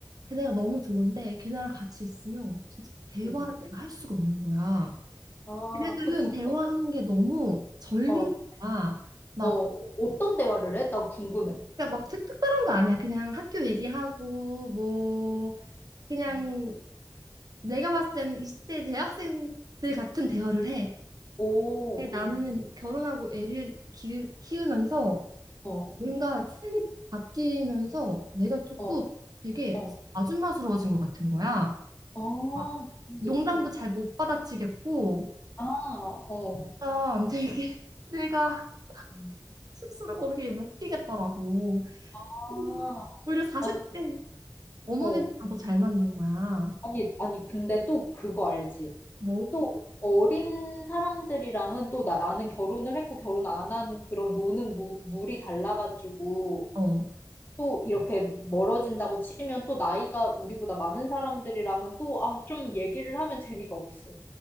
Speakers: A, on the right; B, on the left.
A: 걔네가 너무 좋은데 걔네랑 같이 있으면 진짜 대화를
B: 음.
A: 내가 할 수가 없는 거야.
B: 아,
A: 걔네들은
B: 그치?
A: 대화하는
B: 어,
A: 게 너무 젊은
B: 어,
A: 거야. 막
B: 어, 어떤 대화를 해? 난 궁금해.
A: 그러니까 뭐 특, 특별한 거 아니야. 그냥 학교 얘기하고 뭐 그냥 내가 봤을 때는 20대 대학생들 같은 대화를 해.
B: 오,
A: 근데 나는
B: 그렇고.
A: 결혼하고 애를 키, 키우면서
B: 어,
A: 뭔가 삶이 바뀌면서 내가 조금
B: 어,
A: 되게
B: 어.
A: 아줌마스러워진 것 같은 거야.
B: 아,
A: 막
B: 그런
A: 농담도
B: 게 있구나.
A: 잘 못 받아치겠고
B: 아, 어.
A: 아, 되게 <laughs> 내가
B: 음.
A: 스스로 거기에 못 끼겠더라고.
B: 아,
A: 그리고 오히려 40대
B: 아니,
A: 어머니들이랑
B: 어. 어.
A: 더 잘 맞는 거야.
B: 아니, 아니, 근데 또 그거 알지?
A: 뭐?
B: 또 어린 사람들이랑은 또 나는 결혼을 했고 결혼 안 한 그런 노는 무, 물이 달라가지고
A: 어.
B: 또 이렇게 멀어진다고 치면 또 나이가 우리보다 많은 사람들이랑은 또, 아, 좀 얘기를 하면 재미가 없어.